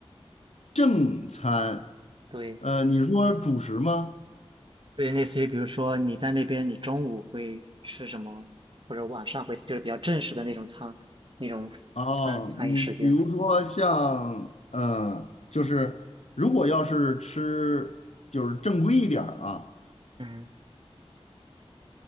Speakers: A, on the left; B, on the right.
A: 正餐，
B: 对
A: 呃，你说主食吗？
B: 对，类似于比如说你在那边，你中午会吃什么，或者晚上会就是比较正式的那种餐，那种餐餐饮时间。
A: 哦，你比如说像，嗯、就是如果要是吃就是正规一点儿啊。
B: 嗯